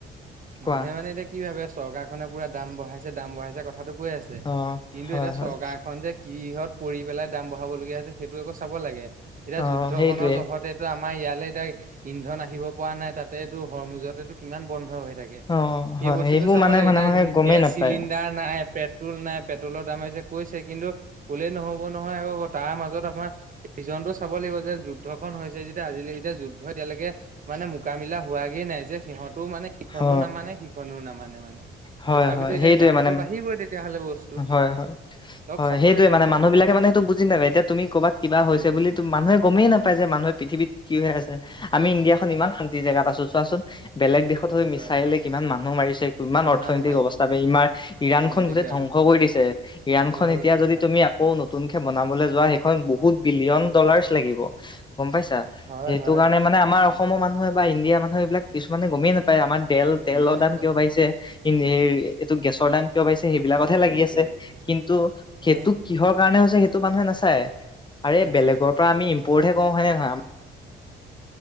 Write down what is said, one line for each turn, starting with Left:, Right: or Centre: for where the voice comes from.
Left: কোৱা
Right: মানুহে মানে এতিয়া কি ভাবে চৰকাৰখনে পুৰা দাম বঢ়াইছে দাম বঢ়াইছে ক কথাটো কৈ আছে,
Left: অ
Right: কিন্তু
Left: হয়
Right: এতিয়া
Left: হয়
Right: চৰকাৰখন যে কিহত পৰি পেলাই দাম াব সেইটো আকৌ একো চাব লাগে এতিয়া
Left: অ
Right: যুদ্ধ
Left: সেইটোৱে
Right: খনৰ জতে আম আমাৰ ইয়ালৈ, এতিয়া ইন্ধন আহিব পৰা নাই তাতেটো হৰ মুজতেটো কিমান বন্ধ হৈ থাকে,
Left: অ
Right: সেই
Left: হয়
Right: বস্তুতটো
Left: সেইবোৰ
Right: চাব
Left: মানে
Right: লাগিব
Left: মানুহে
Right: এতিয়া
Left: গমেই
Right: গেছ
Left: নাপায়
Right: চিলিণ্ডাৰ নাই পেট্ৰল নাই পেট্ৰলত মাৰিছে কৈছে কিন্তু, কলে নহব নহয় আকৌ তাৰ মাজত আপমাৰ িজনটো চাব লাগিব যে যুদ্ধ ক হৈছে যেতিয়া আজিলৈকে যেতিয়া যুদ্ধ এতিয়ালৈকে মানে মোকামিলা হোৱাগে নাই যে সিহঁতও মানে ইখননেও
Left: অ
Right: নামানে সিখননেও নামানে মানে।
Left: হয়
Right: তথাপিতো
Left: হয়
Right: এতিয়া
Left: সেইটোৱে
Right: দামতটো
Left: মানে
Right: বাঢ়িবই তেতিয়াহলে বস্তু,
Left: হয় হয়
Right: চব
Left: হয়
Right: চাব
Left: সেইটোৱে
Right: লাগে
Left: মানে
Right: অকনমান
Left: মানুহ
Right: ভাল
Left: বিলাকে মানে হেতু বুজি নাপায়, এতিয়া তুমি ক'বাত কা হৈছে,
Right: বুজি নাপায়।
Left: বুলি মানুহে গমেই নাপায় যে মানুহে পৃথিৱিত কি হৈ আছে। আমি ইণ্ডিয়া খন ইমান শান্তি জেগাত আছো চোৱাচোন, বেলেগ দেশত হৈ মিছাইলে
Right: হয় হয়
Left: কিমান মানুহ মাৰিছে। কিমান অৰ্থনৈতিক
Right: ইমান মাৰিছে
Left: অৱস্থা ইমাৰ, ইৰাণখন
Right: অৰ্থনীতি
Left: গোটেই
Right: বেয়া
Left: ধ্বংস
Right: হৈছে
Left: কৰি দিছে,
Right: ধ্বংস
Left: ইৰানখন
Right: হৈ
Left: এতিয়া
Right: গৈছে
Left: যদি
Right: হয়।
Left: তুমি আকৌ নতুনকে বনাবলৈ যোৱা সেইখন বহুত ভিয়ন দলাৰ লাগিব, গম পাইছা,
Right: হয়
Left: সেইটো
Right: হয়
Left: কাৰনে মানে আমাৰ অসমত অসমৰ মানুহে বা ইণ্ডিয়াৰ মানুহে এইবিলাক কিছুমানে গমেই নাপায় আমাৰ তেল
Right: গমেই
Left: তেলৰ
Right: নাপায়
Left: দান কিয় বাঢিছে। ই এইটো গেছৰ ধান কিয় পাইছে সেইবিলাকতহে
Right: গেছৰ
Left: লাগি
Right: দাম
Left: আছে,
Right: কিয় বাঢ়িছে
Left: কিন্তু
Right: হয়।
Left: সেইটো, কিহৰ কাৰণে হৈছে সেইটো মানুহে নাচায়। আৰে
Right: নাচায়
Left: বেলেগৰ পৰা আমি ইম্পৰ্টহে কওঁ হয় নে নহয়।